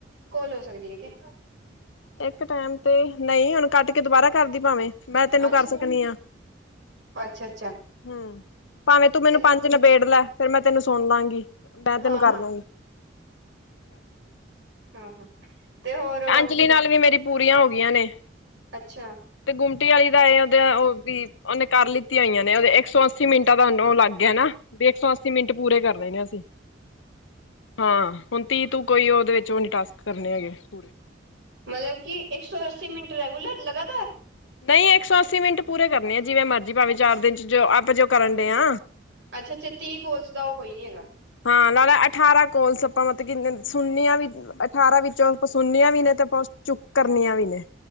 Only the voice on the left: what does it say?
ਇੱਕ ਟਾਈਮ ਤੇ ਨਹੀਂ ਹੁਣ ਕੱਟ ਕੇ ਦੁਬਾਰਾ ਕਰਦੀ ਭਾਵੇਂ, ਮੈਂ ਤੈਨੂੰ
ਕਰ ਸਕਦੀ ਆਂ
ਹਮ, ਭਾਵੇਂ ਤੂੰ ਮੈਨੂੰ
ਪੰਜ ਨਿਬੇੜ ਲੈ ਫਿਰ ਮੈਂ ਤੈਨੂੰ ਸੁਣ ਲਵਾਂਗੀ, ਮੈਂ
ਤੈਨੂੰ ਕਰ
ਲੂੰਗੀ
ਅੰਜਲੀ ਨਾਲ ਵੀ ਮੇਰੀ ਪੂਰੀਆਂ ਹੋ ਗਈਆਂ ਨੇ,
ਤੇ ਗੁੰਮਟੀ ਆਲੀ ਦਾ ਇਹ ਆਦੇ ਉਹ ਵੀ ਉਹਨੇ ਕਰ ਲਿੱਤੀ ਹੋਈਆਂ ਨੇ, ਉਹਦੇ ਇੱਕ ਸੋ ਅਸ ਅੱਸੀ ਮਿੰਟਾਂ ਦਾ ਅੰਦਰੋਂ ਲਗ ਗਿਆ ਨਾ, ਤੇ ਇੱਕ ਸੌ ਅੱਸੀ ਮਿੰਟ ਪੂਰੇ ਕਰਨੇ ਅਸੀਂ ਹਾਂ, ਹੁਣ ਤੀਹ ਤੂ ਕੋਈ ਉਹਦੇ ਵਿਚੋਂ ਨੀ ਟਾਸਕ ਕਰਨੇ ਹੈਗੇ, ਪੂਰੇ
ਨਹੀਂ ਇੱਕ ਸੌ ਅੱਸੀ ਮਿੰਟ ਪੂਰੇ ਕਰਨੇ ਐਂ ਜਿਵੇਂ ਮਰਜ਼ੀ ਭਾਵੇਂ ਚਾਰ ਦਿਨ 'ਚ ਜੋ ਆਪਾਂ ਜੋ ਕਰਨ ਦੇ ਆ
ਹਾਂ, ਲਾਲਾ ਅਠਾਰਾਂ ਕੋਲਸ ਆਪਾਂ ਮਤਲਬ ਕਿ ਸੁਨਣੀਆਂ ਵੀ, ਅਠਾਰਾਂ ਵਿੱਚੋਂ ਕੁਛ ਸੁਨਣੀਆਂ ਵੀ ਨੇ, ਤੇ ਕੁਛ ਚੁੱਕ ਕਰਨੀਆਂ ਵੀ ਨੇ